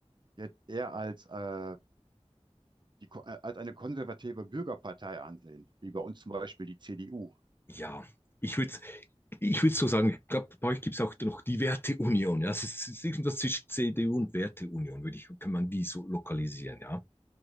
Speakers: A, on the right; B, on the left.
A: jetzt eher als, äh, die, Ko- äh, als eine konservative Bürgerpartei ansehen, wie bei uns zum Beispiel die CDU?
B: Ja, ich würde ich würd so sagen, ich glaube, bei euch gibt es auch noch die Werteunion. Ja? Es ist, es ist irgendwas zwischen CDU und Werteunion, würde ich, kann man die so lokalisieren, ja.